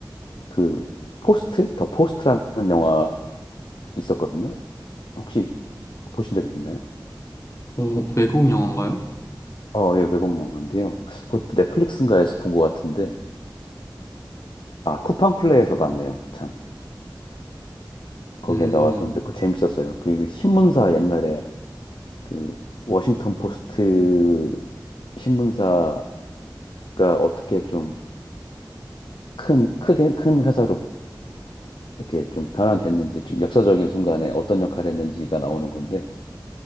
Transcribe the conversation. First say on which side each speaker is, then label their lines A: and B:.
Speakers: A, on the left (about 80°); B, on the left (about 40°).
A: 그 포스트, 더 포스트라는 영화 있었거든요. 혹시 보신 적 있나요?
B: 어, 외국 영화인가요?
A: 어, 예, 외국 영화인데요. 그것도 넷플릭스인가에서 본 것 같은데, 아, 쿠팡플레이에서 봤네요. 참. 거기에
B: 음,
A: 나왔었는데, 그거 재밌었어요. 그 신문사 옛날에 그 워싱턴 포스트 신문사 그러니까 어떻게 좀 큰, 크게 큰 회사로 이렇게 좀 변환됐는지, 좀 역사적인 순간에 어떤 역할을 했는지가 나오는 건데,